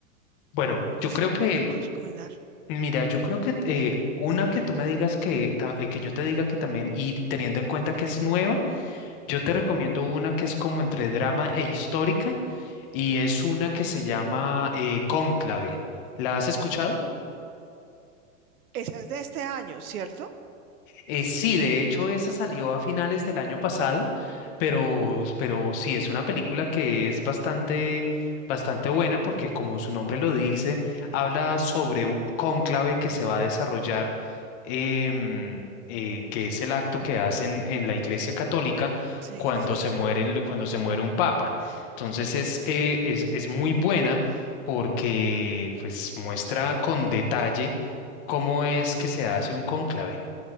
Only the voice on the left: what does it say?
Bueno, yo
creo
que,
mira, yo creo que eh, una que tú me digas que, ta- eh, que yo te diga que también, y teniendo en cuenta que es nueva, yo te recomiendo una que es como entre drama e histórica y es una que se llama eh, Cónclave. ¿La has escuchado?
Eh, sí, de hecho, esa salió a finales del año pasado, pero, pero sí, es una película que es bastante, bastante buena porque, como su nombre lo dice, habla sobre un cónclave que se va a desarrollar, em, eh, que es el acto que hacen en la Iglesia Católica
cuando
se mueren, lo- cuando se muere un papa. Entonces es, eh, es, es muy buena porque pues, muestra con detalle cómo es que se hace un cónclave.